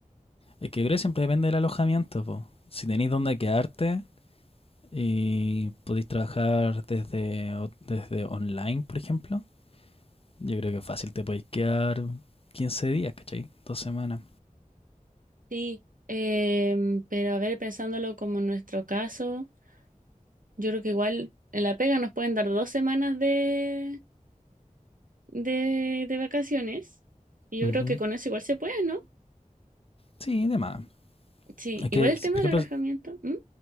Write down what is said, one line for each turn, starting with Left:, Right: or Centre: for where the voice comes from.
Left: Es que yo creo que siempre depende del alojamiento. po. Si tenéis dónde quedarte y podéis trabajar desde, desde online, por ejemplo Yo creo que fácil te podéis quedar 15 días, ¿cachai? Dos semanas.
Right: Sí, em, pero a ver, pensándolo como en nuestro caso, yo creo que igual en la pega nos pueden dar dos semanas de de, de vacaciones. Y yo
Left: Ujú.
Right: creo que con eso igual se puede, ¿no?
Left: Sí, de más.
Right: Sí,
Left: Es
Right: igual
Left: que,
Right: el
Left: si-
Right: tema
Left: por
Right: del
Left: ejemplo,
Right: alojamiento. ¿m?